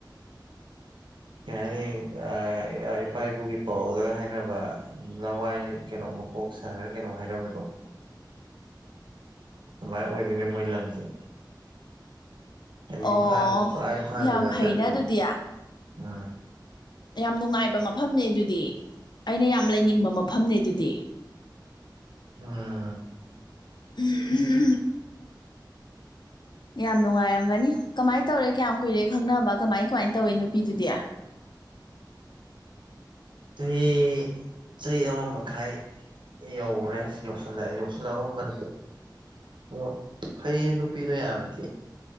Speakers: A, on the right; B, on the left.
A: ꯀꯩ ꯍꯥꯏꯅꯤ ꯑꯥ ꯏꯄꯥ ꯏꯄꯨꯒꯤ ꯄꯥꯎꯔꯧꯗꯒ ꯍꯥꯏꯅꯕ ꯂꯋꯥꯏ ꯀꯩꯅꯣ ꯃꯀꯣꯛ ꯁꯥꯍꯔ ꯀꯩꯅꯣ ꯍꯥꯏꯅꯕꯗꯣ ꯑꯗꯨꯃꯥꯏ ꯑꯣꯗꯣꯅꯦ ꯃꯣꯏ ꯂꯝꯁꯦ ꯏꯝꯐꯥꯟ
B: ꯑꯣ
A: ꯄꯨꯔꯥ ꯏꯝꯐꯥꯟꯖꯨ
B: ꯌꯥꯝ
A: ꯅꯠꯇꯕꯤ
B: ꯐꯩꯅ ꯑꯗꯨꯗꯤ
A: ꯑꯥ
B: ꯌꯥꯝ ꯅꯨꯡꯉꯥꯏꯕ ꯃꯐꯝꯅꯦ ꯑꯗꯨꯗꯤ ꯑꯩꯅ ꯌꯥꯝ ꯂꯩꯅꯤꯡꯕ ꯃꯐꯝꯅꯦ ꯑꯗꯨꯗꯤ
A: ꯑꯥ
B: <unintelligible> ꯌꯥꯝ ꯅꯨꯡꯉꯥꯏꯔꯝꯒꯅꯤ ꯀꯃꯥꯏ ꯇꯧꯔꯦ ꯀꯌꯥꯝ ꯀꯨꯏꯔꯦ ꯈꯪꯅꯕ ꯀꯃꯥꯏ ꯀꯃꯥꯏ ꯇꯧꯋꯤ ꯅꯨꯄꯤꯗꯨꯗꯤ
A: ꯆꯍꯤ ꯆꯍꯤ ꯑꯃ ꯃꯈꯥꯏ ꯌꯧꯔꯦ ꯌꯧꯁꯤꯜꯂꯛꯑꯦ ꯌꯧꯁꯤꯜꯂꯛꯑꯕꯒꯨꯕꯅꯦ ꯑꯣ ꯐꯩꯌꯦ ꯅꯨꯄꯤꯗꯣ ꯌꯥꯝ ꯊꯤ